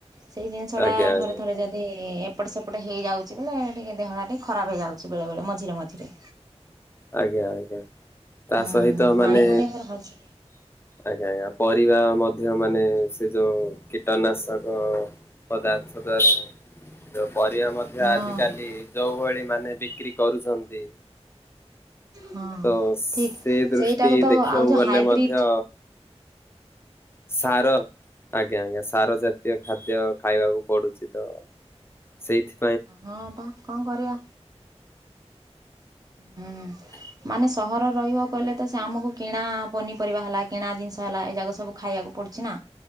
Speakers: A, on the right; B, on the left.
A: ସେଇ ଜିନିଷଟା
B: ଆଜ୍ଞା ଆଜ୍ଞା
A: ଥରେ ଥରେ ଯଦି ଏ ଏପଟ ସେପଟ ହେଇଯାଉଛି ବୋଲେ, ଟିକେ ଦେହ ଟିକେ ଖରାପ ହେଇଯାଉଛି ବେଳେ ବେଳେ ମଝିରେ ମଝିରେ।
B: ଆଜ୍ଞା ଆଜ୍ଞା ତା
A: ହୁଁ
B: ସହିତ ମାନେ
A: ପାଣି ଫାଣି ଫେରେ ଭଲସେ
B: ଆଜ୍ଞା ଆଜ୍ଞା ପରିବା ମଧ୍ୟ ମାନେ ସେ ଯୋଉ କୀଟନାଶକ ପଦାର୍ଥ ଦ୍ୱାରା ପରିବା ଆମର
A: ହଁ
B: ଆଜିକାଲି ଯେଉ ଭଳି ମାନେ ବିକ୍ରି କରୁଛନ୍ତି
A: ହଁ
B: ତ ସେ
A: ଠିକ୍
B: ଦୃଷ୍ଟି
A: ସେଇଟାକୁ ତ
B: ଦେଖିବାକୁ
A: ଆଉ ଯେଉଁ
B: ଗଲେ
A: ହାଇବ୍ରିଡ଼୍
B: ମଧ୍ୟ ସାର ଆଜ୍ଞା ଆଜ୍ଞା ସାର ଜାତୀୟ ଖାଦ୍ୟ ଖାଇବାକୁ ପଡୁଛି ତ ସେଇଥି
A: ହଁ ପା କଣ କରିବା ହୁଁ
B: ହିଁ
A: ମାନେ ସହରରେ ରହିବାକୁ ହେଲେ ତ ସେ ଆମକୁ କିଣା ପନିପରିବା ହେଲା କିଣା ଜିନିଷ ହେଲା ଏଗୁରା ସବୁ ଖାଇବାକୁ ପଡୁଛିନା